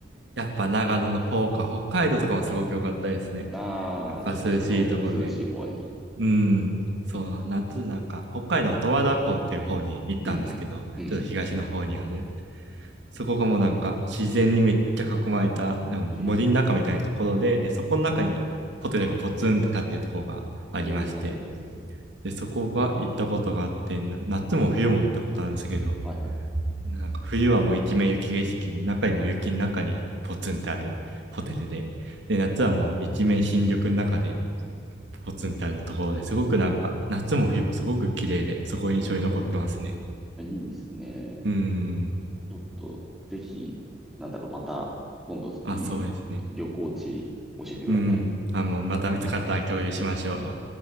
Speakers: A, on the right (about 70°); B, in the centre.
A: やっぱ長野の方か、北海道とかもすごく良かったですね。
B: なあ、
A: やっぱ涼しいとこで。
B: ちょっとその涼しい方に。
A: うん。そう、夏なんか、北海道の十和田湖っていう方に行ったんですけど、
B: うんうん。うん
A: ちょっと東の方にある。そこがもうなんか自然にめっちゃ囲まれた、でも森の中みたいなところで、
B: うん。ええ
A: で、そこの中にホテルがポツンって立ってるところがありまして、
B: おー。
A: で、そこが行ったことがあって、な夏も冬も行ったことあるんですけど、
B: はいは
A: なんか冬はもう一面雪景色の中にも雪の中にポツンってあるホテルで、で、夏はもう一面新緑の中でポツンってあるところですごくなんか夏も冬もすごく綺麗で、そこ印象に残ってますね。
B: い。ええいいですね。
A: うーん。
B: ちょっと、ぜひ、なんだろう、また、今度、
A: あ、
B: いい旅行地教えてください。
A: そうですね。うん。あ、もうまた見つかったら共有しましょう。